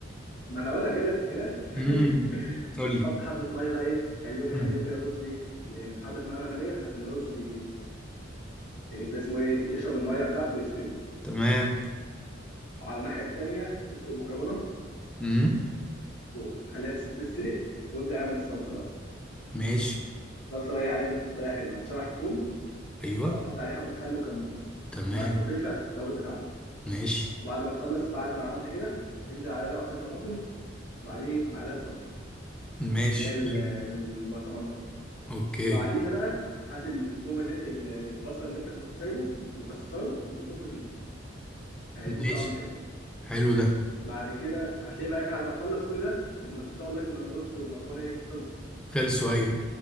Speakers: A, on the left; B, in the centre.
A: ما انا اقول لك جاي لك في الكلام <laughs>
B: امم قول
A: حط حبة مية بقى ايه خليهم يخليه
B: لي
A: كده رز ايه ي- حبة مية مغلية عشان الرز إيه ده اسمه ايه يشرب الميه بتاعته ويستوي
B: تمام
A: وعلى الناحيه التانيه اسلق مكرونه
B: امم
A: وخليها تس- تتسلق وابدا اعمل الصلصه بقى
B: ماشي
A: الصلصه بقى إيه، عايزه طريقه حلوه هتشوح التوم
B: ايوه
A: وهتحط عليه حبه خل وكمون
B: تمام
A: وملح وفلفل عشان التوابل بتاعته
B: ماشي
A: وبعد ما تخلص بعد ما عملت كده انزل عليه بعصير طماطم وبعديه معلقه صلصه
B: ماشي
A: اللي هي ال- من البرطمانات
B: اوكي
A: وبعديها بقى هات التوم اللي ال- البصل اللي انت كنت سايبه وكسره وحطه فيه هيديك
B: ماشي
A: طعم حلو
B: حلو ده
A: بعد كده هتلاقي بقى على ما تخلص كل ده الم... ان شاء الله يكون الرز والمكرونه ايه خلصوا
B: خلصوا ايوه